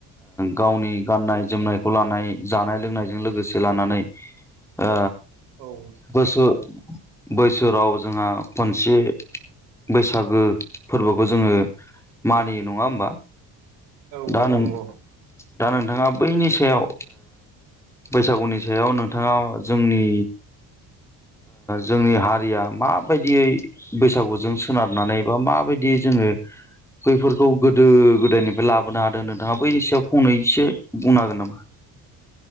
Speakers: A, in the centre; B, on the right.
A: गावनि गाननाय जोमनायखौ लानाय जानाय लोंनायजों लोगोसे लानानै ओ
B: औ
A: बैसो बैस बोसोराव जोंहा खनसे बैसागो फोरबोखौ जोङो मानियो नङा होमबा
B: औ
A: दा नों
B: नंगौ
A: दा नोंथाङा बैनि सायाव बैसागुनि सायाव नोंथाङा जोंनि जोंनि हारिया माबायदियै बैसागुजों सोनारनानै बा मा बेबायायदि जोङो बैफोरखौ गोदो गोदायनिफ्राय लाबोनो हादों नोंथाङा बैनि सायाव फंनैसो बुंनो हागोन नामा